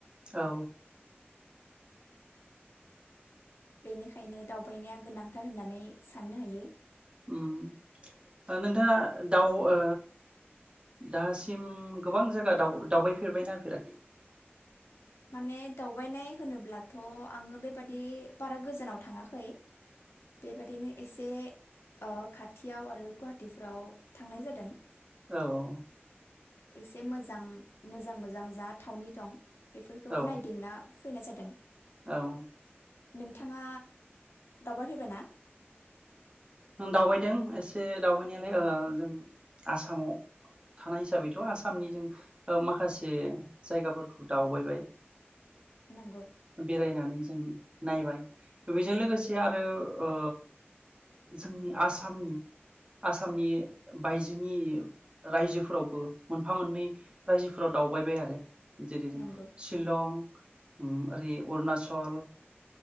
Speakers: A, on the right; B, on the left.
A: औ
B: बेनिखायनो दावबायनाया गोनांथार होननानै साननो हायो।
A: उम नोंथाङा दाउ ओ दासिम गोबां जायगा दावबायफेरबायना फेराखै?
B: माने दावबायनाय होनोब्लाथ आङो बेबादि बारा गोजानाव थाङाखै बेबादिनो एसे ओ खाथि खाथियाव आरो गुवाहाटटिफ्राव थांनाय जादों।
A: औ औ।
B: एसे मोजां मोजां मोजां जा थावनि दं। बेफोरखौ
A: औ
B: नायदिंना फैनाय जादों।
A: औ
B: नोंथाङा दावबायफैबायना
A: उम दावबायदों एसे दावबायनायालाय ओ जों आसामाव थानाय हिसाबैथ आसामनि जों ओ माखासे जायगाफोरखौ दावबायबाय।
B: नंगौ
A: बेरायनानै जों नायबाय बेजों लोगोसे आरो ओ। जोंनि आसामनि आसामनि बायजोनि रायजोफोरावबो मोनफा मोननै रायजोफोराव दावबायबाय आरो जेरै जों
B: नंगौ
A: शिलं उम। अरुनाषल